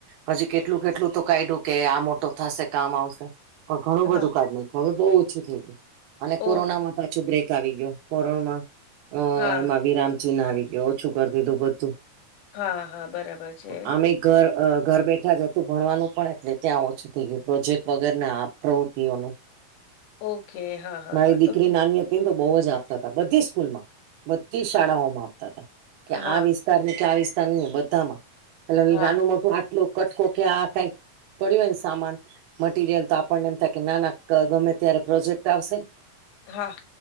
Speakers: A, on the right; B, on the left.
A: હજી કેટલું કેટલું તો કાયડું કે આ મોટો થશે કામ આવશે- - પણ ઘણું બધું
B: હા
A: કાઢ નાખ્યું હવે બહુ ઓછું થઈ ગયું. અને કોરોનામાં
B: ઓકે
A: પાછું બ્રેક આવી ગયો કોરોમાં અ
B: હા,
A: એમાં વિરામ- - છી ના આવી ગયો ઓછું કરતીધું બધું
B: હા, હા, બરાબર છે.
A: આમે- - ઘર ઘર બેઠા જતું ભણવાનું પણ એટલે ત્યાં ઓછું થઈ ગયું પ્રોજેક્ટ વગેર ના પ્રવૃતિઓનું- -
B: ઓકે હા. હા,
A: મારી
B: હા,
A: દીકરી
B: તો તો
A: નાની હતી તો બહુ જ આપતા હતા બધી સ્કૂલમાં- - બધી શાળાઓમાં
B: હા,
A: આપતા હતા કે
B: હા,
A: આ વિસ્તારની કે આ વિસ્તારને બધામાં- - હ
B: હા,
A: નાનું મોટું આટલું કટકો કયા કઈ પડ્યું હોયને સામાન મટીરિયલ તો આપણને એમ થાય કે નાના ગમે ત્યારે પ્રોજેક્ટ આવશે
B: હા